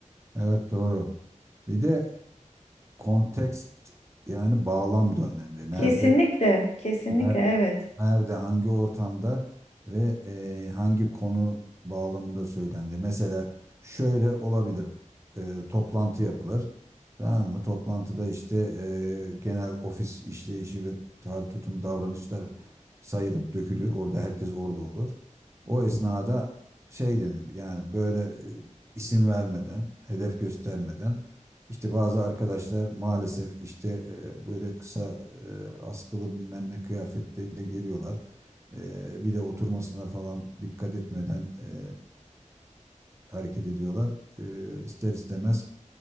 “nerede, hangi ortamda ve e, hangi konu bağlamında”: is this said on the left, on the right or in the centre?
Right